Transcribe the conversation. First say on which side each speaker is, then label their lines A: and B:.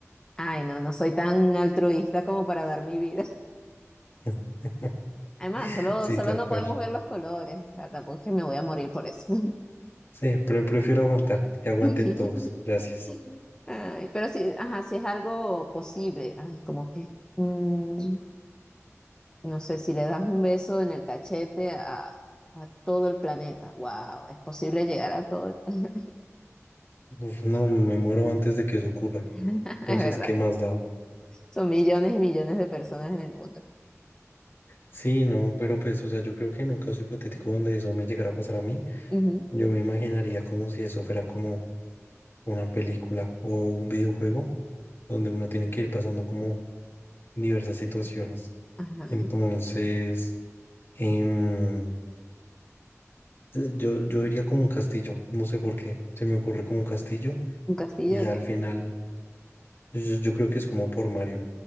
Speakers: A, on the left; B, on the left.
A: ay, no, no soy tan altruista como para dar mi vida.
B: <laughs>
A: Además, solo,
B: Sí,
A: solo
B: tal
A: no
B: cual.
A: podemos ver los colores, o sea, tampoco es que me voy a morir por eso.
B: Sí, pero prefiero aguantar, que aguanten
A: <laughs>
B: todos. Gracias.
A: Ay, pero sí, ajá, si es algo posible, ay, como que, mm, No sé, si le das un beso en el cachete a, a todo el planeta, wow, es posible llegar a todo el <laughs>
B: Uf, No, me muero antes de que eso ocurra.
A: planeta,
B: Entonces,
A: es verdad.
B: ¿qué más da?
A: Son millones y millones de personas en el mundo.
B: Sí, no, pero pues, o sea, yo creo que en un caso hipotético donde eso me llegara a pasar a mí,
A: Ujú,
B: yo me imaginaría como si eso fuera como una película o un videojuego donde uno tiene que ir pasando como diversas situaciones.
A: Ajá,
B: Entonces, em, eh, yo, yo diría como un castillo, no sé por qué, se me ocurre como un castillo
A: un castillo,
B: y
A: ok.
B: al final, yo, yo creo que es como por Mario,